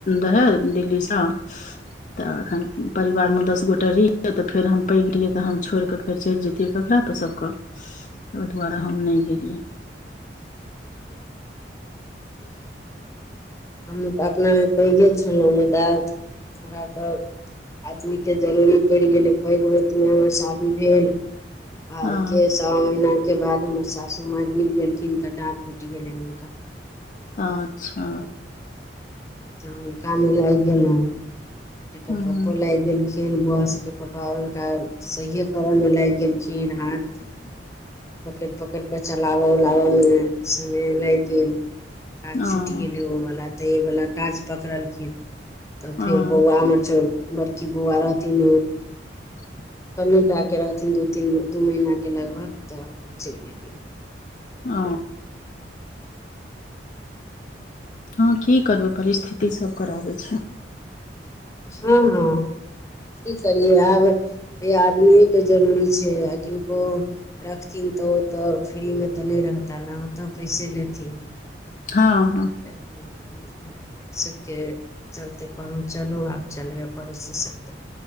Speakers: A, on the left (about 45°); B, on the left (about 15°).
A: रहै दिल्लीसँ तऽ एखन परिवारमे दस गोटा रहियै तऽ फेर हम पैघ रहियै तऽ हम छोड़िकऽ फेर चलि जतियै ककरापर सभके
B: <inaudible>
A: तऽ ओहि दुआरे हम नहि गेलियनि
B: हम तऽ अपनामे पैघे छलहुँ मुदा हमरा तऽ आदमीके जरूरी पड़ि गेलै पैघ होतिमे हममे शादी भेल आके
A: हँ
B: सओ महीनाके बाद हमर सासू माँ गिर गेलखिन तऽ डाँर टूटि गेलै हुनका
A: अच्छा
B: त हुनकामे लागि गेलहु एकर
A: हँ
B: पप्पो लागि गेलखिन बौआ सबके पप्पा हुनका सहिए करऽ मे लागि गेलखिन हाथ पकड़ि पकड़ि कऽ चलाबऽ उलाबऽ मे समय लागि गेल काज
A: हँ
B: छुटि गेलै ओ वला तऽ एहि वला काज पकड़लखिन तऽ
A: हँ
B: फेर बौआ हमर छ बड़की बौआ रहथिन
A: <inaudible>
B: कनी टा के रहथिन दू तीन दू महीना के लगभग त चलि एलियै
A: अ हँ की करबै परिस्थिति सब कराबै छै
B: हँ हँ की करियै आब ह आदमीए के जरूरी छै आ किनको रखथिन तऽ ओ तऽ फ्रीमे तऽ नहि रहता ने ओतऽ पैसे लेथिन
A: हँ हँ
B: त <unintelligible> ह एहि सभके चलते करू चलू आब चलबे करै छै सभज